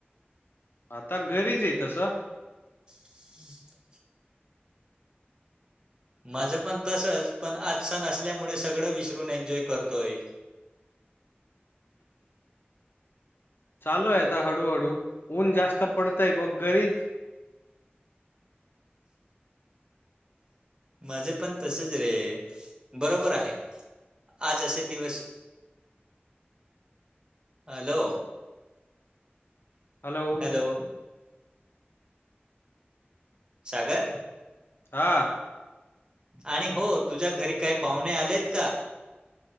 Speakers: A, on the left; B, on the right.
A: आता घरीच आहे तसं.
B: हम्म. माझं पण तसच पण आज सण असल्यामुळे सगळं विसरून एन्जॉय करतोय.
A: चालू आहे आता हळूहळू. ऊन जास्त पडतय बघ घरीच
B: माझं पण तसच रे. बरोबर आहे. आज असे दिवस हॅलो.
A: हॅलो.
B: हॅलो. सागर.
A: हा.
B: आणि हो. तुझ्या घरी काय पाहुणे आलेत का?